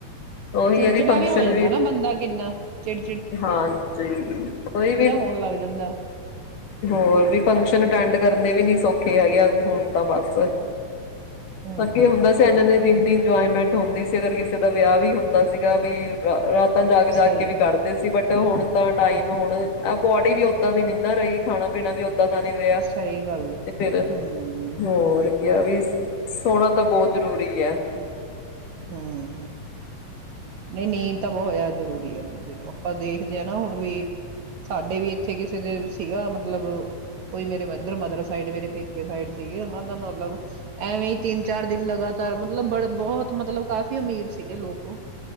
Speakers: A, on the left; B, on the right.
A: ਉਹੀ
B: ਚਿੜਚਿੜਾ
A: ਹੈ ਫੰਕਸ਼ਨ
B: ਵੀ ਹੋ ਜਾਂਦਾ ਨਾ ਬੰਦਾ ਕਿੰਨਾ ਚਿੜ
A: ਹਾਂਜੀ ਕੋਈ ਵੀ,
B: ਹੋਣ ਲੱਗ ਜਾਂਦਾ
A: ਹੋਰ ਵੀ ਫੰਕਸ਼ਨ ਅਟੈਂਡ ਕਰਨ ਕਦੇ ਵੀ ਨੀ ਸੌਖੇ ਹੈਗੇ ਹੁਣ ਤਾਂ ਬਸ।
B: ਹਮ
A: ਅੱਗੇ ਹੁੰਦਾ ਸੀ ਇਹਨਾਂ ਦੇ <unintelligible> ਇੰਜੋਏਮੈਂਟ ਹੁੰਦੀ ਸੀ ਅਗਰ ਕਿਸੇ ਦਾ ਵਿਆਹ ਵੀ ਹੁੰਦਾ ਸੀਗਾ ਵੀ ਰਾ ਰਾ ਤਾਂ ਜਾਗ-ਜਾਗ
B: ਸਹੀ
A: ਕੇ ਵੀ
B: ਗੱਲ
A: ਕਰਦੇ ਸੀ ਬਟ ਹੁਣ ਤਾਂ ਟਾਈਮ ਹੁਣ ਆ ਬੋਡੀ ਵੀ ਓਦਾਂ ਦੀ ਨੀ ਨਾ ਰਹੀ ਖਾਣਾ-ਪੀਣਾ ਵੀ ਦਾਂ ਦਾ ਨੀ ਰਿਹਾ
B: ਸਹੀ ਗੱਲ
A: ਤੇ
B: ਆ
A: ਫਿਰ,
B: ਹਮ
A: ਹੋਰ ਕਿਹਾ ਵੀ ਸੋਣਾ ਤਾਂ ਬਹੁਤ ਜ਼ਰੂਰੀ ਐ।
B: ਹੂੰ ਨਹੀਂ ਨੀਂਦ ਤਾਂ ਬਹੁਤ ਜ਼ਿਆਦਾ ਜ਼ਰੂਰੀ ਹੈ ਬੰਦੇ ਨੂੰ ਆਪਾਂ ਦੇਖਦੇ ਹਾਂ ਨਾ ਹੁਣ ਵੀ ਸਾਡੇ ਵੀ ਇੱਥੇ ਕਿਸੇ ਦੇ ਸੀਗਾ ਮਤਲਬ, ਕੋਈ ਮੇਰੇ ਮਦਰ ਮਦਰ ਸਾਈਡ ਮੇਰੇ ਪੇਕੇ ਸਾਈਡ ਸੀਗੇ ਉਹਨਾਂ ਦਾ ਮਤਲਬ ਐਵੇਂ ਹੀ ਤਿੰਨ-ਚਾਰ ਦਿਨ ਲਗਾਤਾਰ ਮਤਲਬ ਬੜ ਬਹੁਤ ਮਤਲਬ ਕਾਫੀ ਅਮੀਰ ਸੀਗੇ ਲੋਕ ਉਹ।